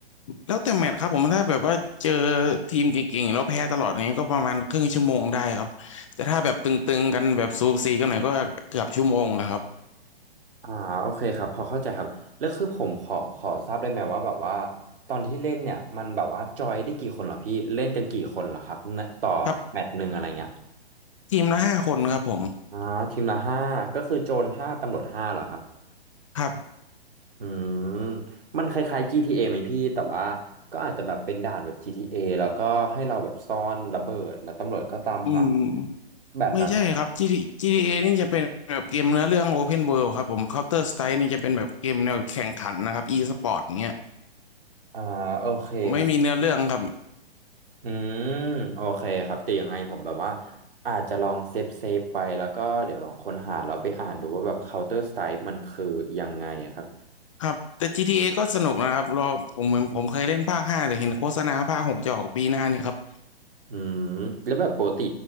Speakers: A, on the left (about 30°); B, on the right (about 60°).
A: แล้วแต่แมตช์ครับผมถ้าแบบว่าเจอทีมเก่งๆแล้วแพ้ตลอดเนี้ยก็ประมาณครึ่งชั่วโมงได้ครับแต่ถ้าแบบตึงๆกันแบบสูสีกันหน่อยก็เกือบชั่วโมงอะครับ
B: อ่าโอเคครับพอเข้าใจครับแล้วคือผมขอขอทราบได้ไหมว่าแบบว่าตอนที่เล่นเนี่ยมันแบบว่าจอยได้กี่คนเหรอพี่เล่นกันกี่คนเหรอครับในต่อแมตช์หนึ่งอะไรเงี้ย
A: ครับทีมละห้าคนครับผม
B: อ่าทีมละห้าก็คือโจรห้าตำรวจห้าเหรอครับ
A: ครับ
B: อืมมันคล้ายๆ GTA ไหมพี่แต่ว่าก็อาจจะแบบเป็นด่านแบบ GTA แล้วก็ให้เราแบบซ่อนระเบิดแล้วตำรวจก็ตามหา
A: อืมไม่ใช่ครับ
B: แบบนั้นไหมครับ
A: GTA GTA นี่จะเป็นแบบเกมเนื้อเรื่อง Open World ครับผม Counter Strike นี่จะเป็นแบบเกมแนวแข่งขันนะครับ e-sport เงี้ย
B: อ่าโอเคครับ
A: ไม่มีเนื้อเรื่องครับ
B: อืมโอเคครับแต่ยังไงผมแบบว่าอาจจะลองเซฟเซฟไว้แล้วก็เดี๋ยวลองค้นหาเราไปอ่านดูว่าแบบ Counter Strike มันคือยังไงอะครับ
A: ครับแต่ GTA ก็สนุกนะครับรอผมผมผมเคยเล่นภาคห้าแต่เห็นโฆษณาภาคหกจะออกปีหน้าเนี่ยครับ
B: อืมแล้วแบบปกติ